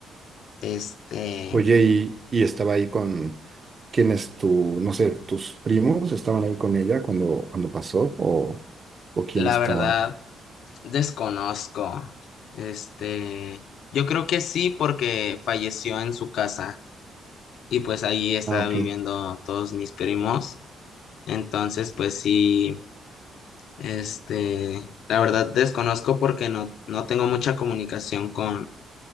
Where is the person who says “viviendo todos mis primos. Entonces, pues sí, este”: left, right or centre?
Left